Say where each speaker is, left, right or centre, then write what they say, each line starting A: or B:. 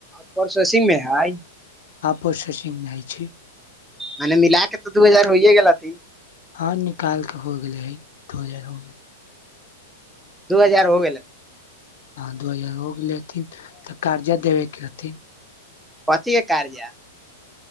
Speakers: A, in the centre; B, on the left (about 60°).
A: प्रोसेसिंग मे हैइ
B: आ प्रोसेसिंग नहि छै
A: मने मिलाक तऽ दू हजार भऽ होइयए गेलै।
B: हँ निकाल क हो गेले हइ दो हजार हो गेले
A: दू हजार हो गेल
B: हँ दू हजार हो गेले हथिन तऽ कर्जा देबेके हथिन
A: कथ के कज